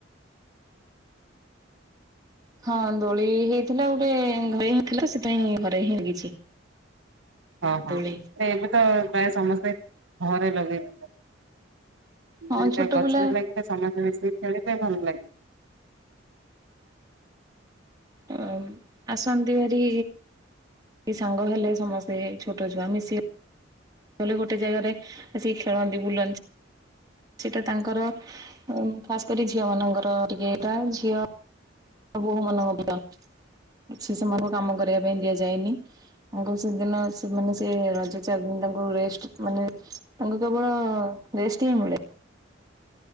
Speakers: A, on the right (about 20°); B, on the right (about 75°).
A: ହଁ ଦୋଳି ହେଇଥିଲା ଗୋଟେ ଘରେ ହେଇଥିଲା। ସେଥିପାଇଁ ଘରେ ହିଁ ଲାଗିଛି।
B: ହଁ ହଁ।
A: ଦୋଳି।
B: ସେ ଏମି ତି ତ ପ୍ରାୟ ସମସ୍ତେ ଘରେ ଲଗେଇ ନଥିଲେ।
A: ହଁ ଛୋଟ
B: ଟ ଗଛରେ
A: ପିଲା
B: ଲାଗିଲେ ସମସ୍ତେ ମିଶିକି ଖେଳିବେ ଭଲ ଲାଗେ।
A: ଆଉ ଆସନ୍ତି ଭାରି ସେଇ ସାଙ୍ଗ ହେଲେ ସମସ୍ତେ ଛୋଟ ଛୁଆ ମିଶିଲେ ଲେ ଗୋଟେ ଜାଗାରେ ମିଶିକି ଖେଳନ୍ତି ବୁଲନ୍ତି। ସେଇଟା ତାଙ୍କର ଖାସ କରି ଝିଅ ମାନଙ୍କର ଟିକେ ଏଇଟା ଝିଅ ବୋହୂ ମାନଙ୍କ ଦିନ। ସେ ସେମାନଙ୍କୁ କାମ କରିବା ପାଇଁ ଦିଆଯାଏନି। ତାଙ୍କୁ ସେଦିନ ସେମାନେ ସେ ରଜ ଚାରି ଦିନ ତାଙ୍କୁ ରେଷ୍ଟ ମାନେ ତାଙ୍କୁ କେବଳ ରେଷ୍ଟ ହିଁ ମିଳେ।